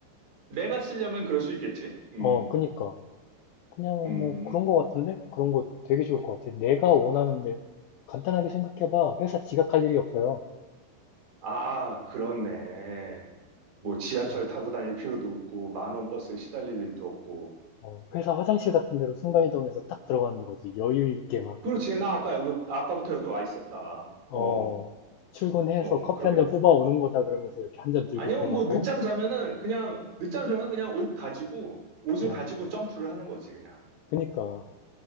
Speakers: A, on the right (about 60°); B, on the left (about 75°).
A: 내가 쓰려면 그럴 수 있겠지? 음,
B: 어, 그니까. 그냥 뭐
A: 음.
B: 그런 거 같은데? 그런 거 되게 좋을 것 같아. 내가 원하는데 간단하게 생각해봐. 회사 지각할 일이 없어요.
A: 아, 그렇네. 뭐 지하철
B: 어,
A: 타고 다닐 필요도 없고, 만원 버스에 시달릴 일도 없고.
B: 어, 회사 화장실 같은 데로 순간이동해서 딱 들어가는 거지. 여유 있게 막,
A: 그렇지. 나 아까 여기, 나 아까부터 여기 와 있었다.
B: 어,
A: 어,
B: 출근해서
A: 어,
B: 커피
A: 그러겠네.
B: 한잔 뽑아오는 거다 그러면서 이렇게 한잔 들고
A: 아니면
B: 들어가고.
A: 뭐 늦잠 자면은 그냥, 늦잠 자면 그냥 옷 가지고, 옷을
B: 어,
A: 가지고 점프를 하는 거지, 그냥.
B: 그니까.